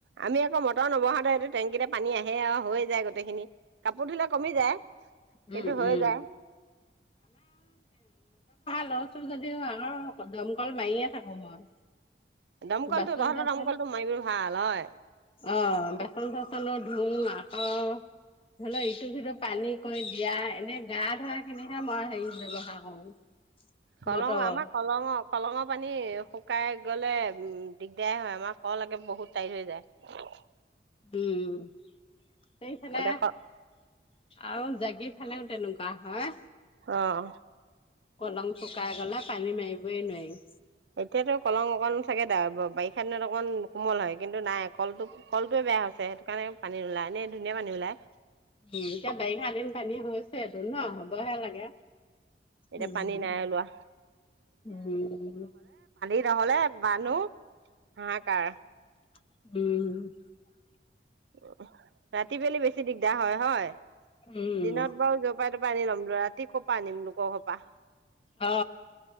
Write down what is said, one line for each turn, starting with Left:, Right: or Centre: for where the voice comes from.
Right: আমি আকৌ মটৰ নবহাওঁতে এইটো টেংকিতে পানী আহে আৰু, হৈ যায় গোটেইখিনি কাপোৰ ধুলে কমি যায়
Left: উম,
Right: কিন্তু হৈ
Left: উম।
Right: যায়।
Left: কল চল যদিও হয় এবাৰো নকম দমকল মাৰিয়ে থাকো মই,
Right: দমকলটো
Left: বাচন
Right: তহঁতৰ
Left: ধাচন
Right: দমকলটো মাৰিবলৈ ভাল হয়
Left: অ বাচন ধাচনও ধোঁও আৰ অ ধৰি লোৱা ইটো সিটো পানী কৰি দিয়া, এনে গা ধোৱা খিনিহে মই হেৰি ব্যৱহাৰ কৰো।
Right: কলং
Left: মটৰ।
Right: আমাৰ কলংৰ কলংৰ পানী শুক শুকাই গলে উম দিগদাৰেই হয়, আমাৰ কল একে বহুত টাই হৈ যায় উচহ্
Left: উম উ উ এইফালে
Right: এতিয়া ক
Left: আৰু জাগি ফালেও তেনেকুৱা কাহ হয়।
Right: অ অ
Left: পালং শুকাই গলে পানী মাৰিবই নোৱাৰি।
Right: এতিয়াতো কলং অকণ চাগে দাৰ বাৰিষা দিনত অকণ কোমল হয় কিন্তু নাই আকৌ ফলটো ফলটোৱে বেয়া হৈছে। চেহেৰাটোৰ কাৰণে পানী ওলাই নে ধুনীয়া পানী ওলায়।
Left: হুম এতিয়া বাৰিষা দিন পানী হৈছে এইটো ন হ'বলেহে লাগে
Right: এতিয়া
Left: উ উ
Right: পানী নাই ওলোৱা
Left: উ উ উ উ
Right: নহ'লেম বানো শাক। কাৰহা
Left: উম উ উ
Right: উমহ ৰাতি পেলি বেছি দিগদাৰ হয় হয়।
Left: উম
Right: দিনত বাৰু যৰপৰাই তৰপৰাই আনি ল'ম ৰাতি কপ পা নিম লোকৰ সোপা।
Left: অ